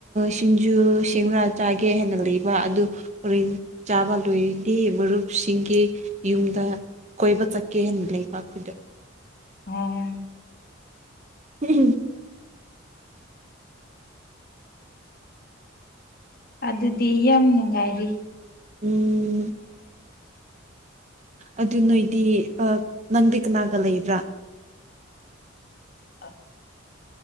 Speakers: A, on the right; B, on the left.
A: ꯁꯤꯡꯖꯨ ꯁꯦꯡꯃꯔꯥ ꯆꯥꯒꯦ ꯍꯥꯏꯟꯅ ꯂꯩꯕ ꯑꯗꯨ ꯍꯔꯤꯟ ꯆꯥꯕ ꯂꯣꯏꯗꯤ ꯃꯔꯨꯞꯁꯤꯡꯒꯤ ꯌꯨꯝꯗ ꯀꯣꯏꯕ ꯆꯠꯀꯦ ꯍꯥꯏꯅ ꯂꯩꯕ ꯑꯩꯈꯣꯏꯗ
B: ꯑꯣ
A: ꯎꯝ
B: ꯑꯗꯨꯗꯤ ꯌꯥꯝ ꯅꯨꯡꯉꯥꯏꯔꯤ
A: ꯎꯝ ꯑꯗꯨ ꯅꯣꯏꯗꯤ ꯅꯪꯗꯤ ꯀꯅꯥꯒ ꯂꯩꯕ꯭ꯔꯥ
B: ꯑ